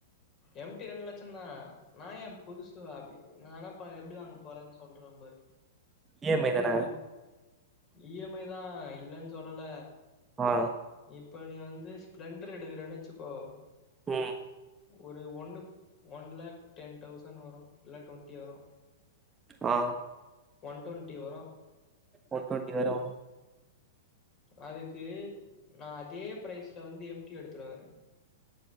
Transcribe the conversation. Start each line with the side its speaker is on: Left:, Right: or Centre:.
Left: எம் டி ரெண்டு லட்சந்தா நா ஏ புதுசு <unintelligible> நா வேணா இப்ப எப்டி வாங்க போறன் சொல்றம் பாரு
Right: இ எம் ஐ தான
Left: இ இ எம் ஐ தா இல்லன் சொல்லல
Right: ஆ
Left: இப் ப நீ வந்து ஸ்ப்ளெண்டர் எடுக்கிறன் வச்சுக்கோ
Right: ம்
Left: ஒரு ஒன்னு ஒன் லேக் டென் தௌசண்ட் வரு இல்ல டொண்ட்டி வரு
Right: ஆ
Left: ஒன் ட்வெண்டி வரு
Right: ஒன் டொன்டி வரு
Left: அதுக்கு நா அதே பிரைஸ்ல வந்து எம் டி எடுத்துருவே